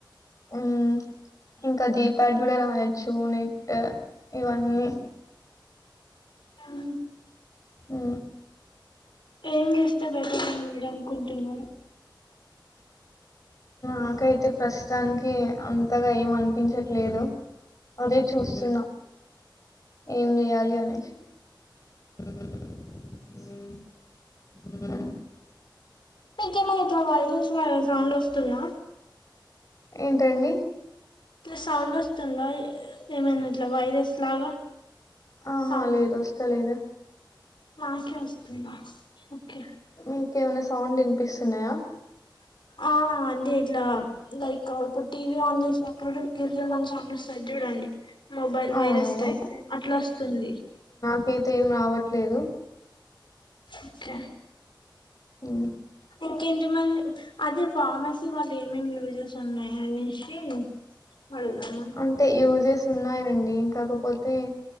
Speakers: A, on the left (about 45°); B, on the left (about 80°).
A: ఉ ఇంకా జీప్యాడ్ కూడా రాయచ్చు నెట్ ఇవన్నీ
B: ఉ
A: ఉ
B: ఏం చేస్తే బెటర్ అనుకుంటున్నారు
A: నాకైతే ప్రస్తుతానికి అంతగా ఏం అనిపించట్లేదు అదే చూస్తున్నా ఏం చెయాలి అనేసి ఉ ఉ
B: మీకేమైన ఇట్లా వైరల్స్ సౌండ్ వస్తుంద
A: ఏంటండి
B: సౌండ్ వస్తుందా ఏ ఏమైనా ఇట్లా వైరస్ లాగా
A: ఆహా
B: సౌండ్
A: లేదు వస్తలేదు
B: నాకే వస్తుందా ఓకే
A: ఇంకేమైనా సౌండ్ వినిపిస్తున్నాయా
B: ఆ అంటే ఇట్లా లైక్ ఇప్పుడు టీవీ ఆన్ చేసినప్పుడు గిర్ మని సౌండ్ వస్తాది చూడు డి మొబైల్
A: అవునవును
B: వైరస్ట్ అయితే అట్లా వస్తుంది
A: అయితే ఏం రావట్లేదు
B: ఓకే
A: ఉమ్.
B: ఇంకేంటి మరి అదే ఫార్మసీ వాళ్ళు ఏమేమి యూజెస్ ఉన్నాయో అనేసి అడుగుదామని
A: అంటే యూజెస్ ఉన్నాయండి కాకపోతే